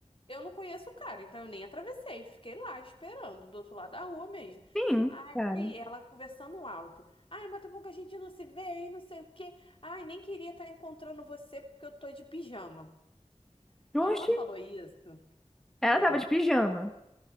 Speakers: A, on the left (about 50°); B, in the centre.
A: Eu não conheço o cara, então eu nem atravessei, fiquei lá esperando, do outro lado da rua mesmo.
B: Sim,
A: Aí
B: claro.
A: ela conversando alto. Ai, mas tem pouco que a gente não se vê, hein, não sei o quê. Ai, nem queria estar encontrando você porque eu tô de pijama. Quando
B: Oxe,
A: ela falou isso,
B: ela
A: é.
B: tava de pijama.